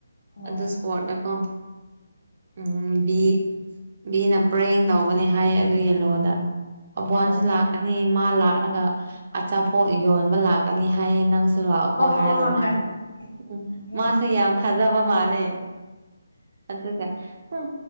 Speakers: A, on the left; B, on the right.
A: ꯑꯣ
B: ꯑꯗꯨ ꯁꯄꯣꯠꯅꯀꯣ ꯎꯝ ꯕꯤ ꯕꯤꯅ ꯄ꯭ꯔꯦꯡ ꯇꯧꯕꯅꯦ ꯍꯥꯏꯌꯦ ꯑꯗꯨꯒꯤꯂꯣꯗ ꯑꯕꯋꯥꯟꯁ
A: ꯑꯣ
B: ꯂꯥꯛ ꯑꯅꯤ ꯃꯥ ꯂꯥꯛꯑꯒ ꯑꯆꯥꯄꯣꯠ ꯌꯣꯟꯕ ꯂꯥꯛꯀꯅꯤ ꯍꯥꯏꯌꯦ ꯅꯪꯁꯨ ꯑꯗꯨ ꯂꯥꯛꯑꯣꯀꯣ
A: ꯑꯣ
B: ꯍꯥꯏꯔꯒ
A: ꯑꯣ
B: ꯃꯥꯁꯦ ꯎꯝ
A: ꯈꯪꯉꯦ
B: ꯃꯥꯁꯦ ꯌꯥꯝ ꯊꯥꯖꯕ ꯃꯥꯜꯂꯦ꯫ ꯑꯗꯨꯒ ꯎꯝ